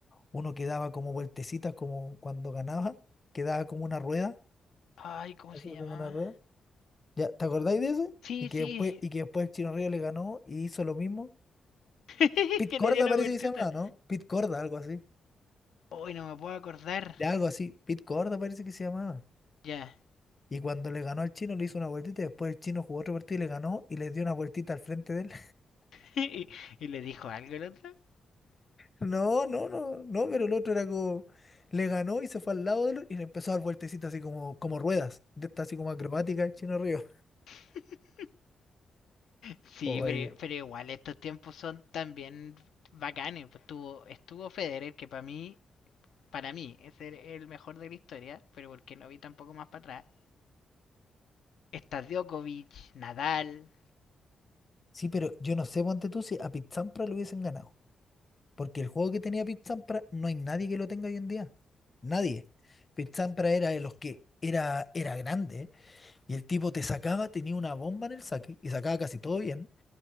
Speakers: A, on the left; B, on the left.
A: uno quedaba como vueltecitas, como cuando ganaba, quedaba como una rueda,
B: Ay, ¿cómo se
A: hacía
B: llamaba?
A: como una rueda. ¿Ya? ¿Te acordáis de ese?
B: Sí,
A: Y que
B: sí,
A: después, y que después el Chino Río le ganó y hizo lo mismo.
B: <laughs>
A: Pit
B: que
A: Corda
B: le dio la
A: parece
B: vueltita.
A: que se llamaba, ¿no? Pit Corda, algo así.
B: Uy, no me puedo acordar.
A: De algo así. Pit Corda parece que se llamaba.
B: Ya.
A: Y cuando le ganó al Chino le hizo una vueltita y después el Chino jugó otro partido y le ganó y le dio una vueltita al frente de él.
B: <laughs> Y, y le dijo algo el otro.
A: No, no, no, no, pero el otro era como, le ganó y se fue al lado de él y le empezó a dar vueltecitas así como, como ruedas, de estas así como acrobáticas, el Chino Río.
B: <laughs> Sí,
A: Oye,
B: pero, pero igual estos tiempos son también bacanes. pues, Estuvo, estuvo Federer, que para mí, para mí es el, el mejor de la historia, pero porque no vi tampoco más para atrás. Está Djokovic, Nadal.
A: sí, pero yo no sé, ponte tú, si a Pizzampra lo hubiesen ganado, porque el juego que tenía Pizzampra no hay nadie que lo tenga hoy en día, nadie. Pizzampra era de los que era, era grande y el tipo te sacaba, tenía una bomba en el saque y sacaba casi todo bien.